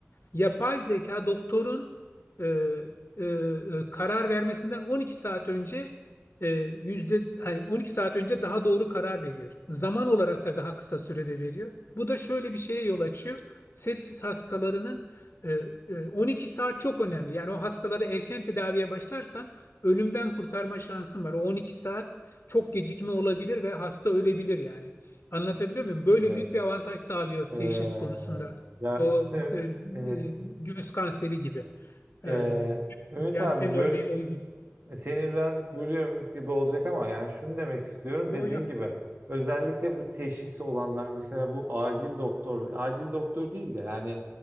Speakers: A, on the left; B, on the right.
A: Yapay zeka doktorun e, e, e, karar vermesinden 12 saat önce e, yüzde hani 12 saat önce daha doğru karar veriyor. Zaman olarak da daha kısa sürede veriyor. Bu da şöyle bir şeye yol açıyor. Sepsis hastalarının e, e, 12 saat çok önemli. Yani o hastaları erken tedaviye başlarsan ölümden kurtarma şansın var. O 12 saat çok gecikme olabilir ve hasta ölebilir yani. Anlatabiliyor muyum? Böyle
B: Evet.
A: büyük bir avantaj sağlıyor teşhis
B: Ee,
A: konusunda.
B: ya
A: O
B: işte
A: e, e,
B: e,
A: göğüs kanseri gibi.
B: e,
A: E,
B: Ümit
A: yani
B: abi
A: senin
B: böyle
A: örneğin uygun.
B: e, Seni birazcık bölüyorum gibi olacak ama yani şunu demek istiyorum
A: Yo,
B: dediğin
A: yo.
B: gibi özellikle bu teşhis olanlar mesela bu acil doktor acil doktor değil de yani